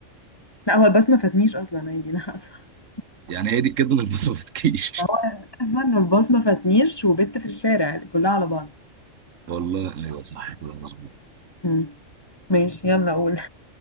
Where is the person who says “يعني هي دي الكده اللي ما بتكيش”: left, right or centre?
Right